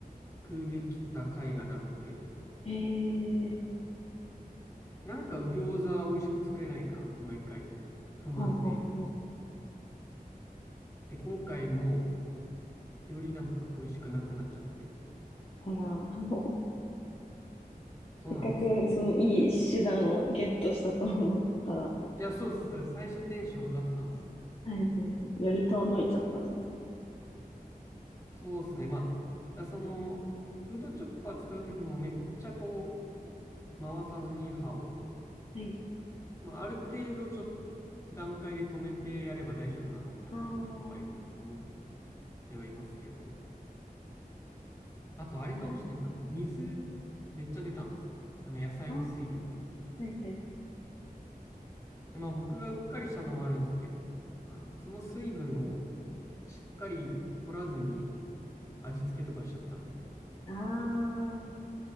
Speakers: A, on the left; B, on the left.
A: くできた回がなくて、
B: へえー、
A: なんか餃子美味しく作れないなって毎回不満で、
B: ほうほうほう。
A: で、今回もよりなんか美味しくなくなっちゃって、
B: あら、<laughs> もう、
A: そうなんですよね。
B: せっかくそのいい手段をゲットしたと思ったら、
A: いや、そうです。だから最初テンション上がってたんですよ。
B: はいはい、より遠のいちゃったんですね。
A: そうですね。まあ、だからその、フードチョッパー使うときもめっちゃこう、回さずに刃を、
B: はい。
A: まあ、ある程度ちょっと段階で止めてやれば大丈夫なのかなとかは今思っ
B: ああ、も
A: てはいますけど、あと、あれかもしれないです。
B: う
A: あの、水、めっちゃ出たんですよ。あの、野菜の水分が。
B: あー、はいはいはい。
A: で、まあ、僕がうっかりしたのもあるんですけど、あの、その水分をしっかり取らずに味付けとかしちゃったんで、
B: ああ、